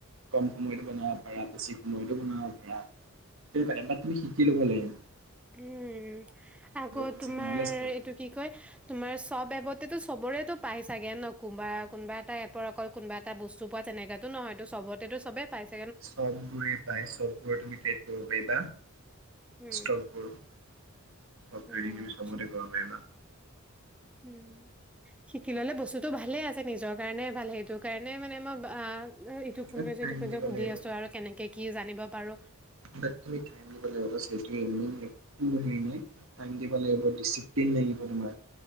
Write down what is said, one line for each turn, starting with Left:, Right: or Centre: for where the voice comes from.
Right: কম সময়ত বনাব পাৰা বেছি সময়তো বনাও বেয়া সেই কাৰণে এবাৰ তুমি শিকি ল'ব লাগে
Centre: উম আগ
Right: বেছিক
Centre: তোমাৰ
Right: নলেজ লাগিব
Centre: এইটো কি কয় তোমাৰ চব এপতেতো চবৰেতো পাই চাগে ন কোনোবা কোনোবা এটা এপৰ অকল কোনোবা এটা বস্তু পোৱা তেনেকাটো নহয় টো সবতেটো চবেই পাইছে
Right: চব গুৰি পায় চব গুৰি তুমি ডেট ববা
Centre: উম
Right: ষ্টোকবোৰ চবতে
Centre: অ
Right: কৰিব
Centre: আচ্ছা
Right: পাৰিবা
Centre: উম শিকি ললে বস্তুতো তটো ভালে আছে নিজৰ কাৰণে ভাল সেইটো কাৰণে মানে মই অ ইটো কোন
Right: বাট
Centre: গইছে
Right: টাইম
Centre: ইটো কোন
Right: দিব
Centre: গইছে সুধি
Right: লাগিব
Centre: আছো আৰু কেনেকে কি জানিব পাৰো
Right: দে তুমি টাইম দিব লাগিব বাছ সেইটো মেন একো হেৰি নাই টাইম দিব লাগিব ডিচিপ্লিন নমাৰ